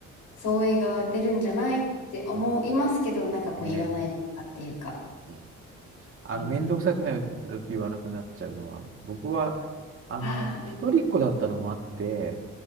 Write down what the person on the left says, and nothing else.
相違が出るんじゃないって思いますけど、
なんかこう言わない文化っていうか。
うん
ああ、
うん